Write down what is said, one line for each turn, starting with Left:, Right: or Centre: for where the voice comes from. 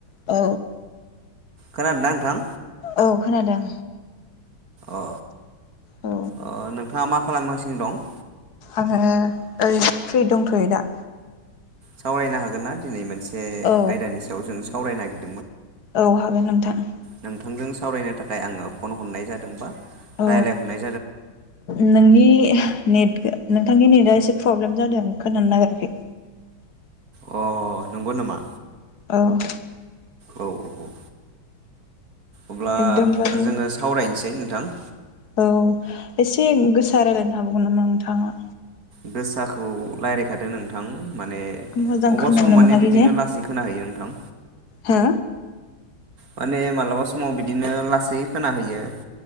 Left: औ।
Right: खोनादोना नोंथां?
Left: औ खोनादों।
Right: अ
Left: औ
Right: अ नोंथाङा मा खालामगासिनो दं?
Left: आङो ओरैनो फ्रि दंथ'यो दा।
Right: सावरायनो हागोन ना दिनै मोनसे
Left: औ
Right: आयदानि सायाव जों सावराय नागिरदों।
Left: औ हागोन नोंथां।
Right: नोंथांजों सावरायनो थाखाय आङो फन हरनाय जादों बा
Left: औ
Right: रायज्लायहरनाय
Left: नोंनि नेट नोंथांनि नेटआ एसे प्रब्लेम जादों खोनानो नागिराखै।
Right: अ नंगौ नामा।
Left: औ।
Right: औ औ अब्ला
Left: एकदमबारे
Right: जोङो सावरायनोसै नोंथां।
Left: औ एसे गोसा रायलायनो हाबावगोन नामा नोंथाङा?
Right: गोसाखौ रायलायखादो नों थां माने
Left: मोजां
Right: अबा
Left: खोनानो
Right: समाव माने
Left: मोनाखै
Right: बिदिनो लासै खोनाहैयो नोंथां।
Left: हा?
Right: माने मालाबा समाव बिदिनो लासै खोनाहैयो।